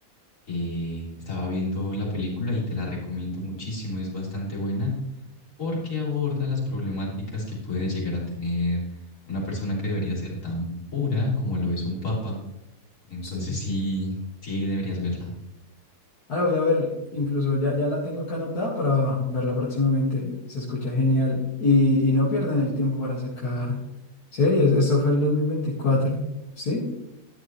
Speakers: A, on the left; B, on the left.
A: eh, estaba viendo la película y te la recomiendo muchísimo, es bastante buena. porque aborda las problemáticas que puede llegar a tener una persona que debería ser tan pura como lo es un papa. Entonces
B: Sí.
A: sí, sí deberías verla.
B: Ah, la voy a ver, incluso ya, ya la tengo acá anotada para verla próximamente. Se escucha genial. Y, y no pierdan el tiempo para sacar series. Esto fue el 2024, ¿sí?